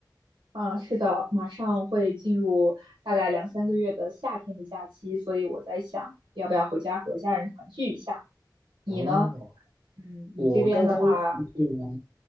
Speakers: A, on the right; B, on the right.
A: 啊，是的，马上会进入大概两三个月的夏天的假期，所以我在想，要不要回家和家人团聚一下。你呢？
B: 哦，
A: 嗯，
B: 我刚刚团聚完，
A: 你这边的话，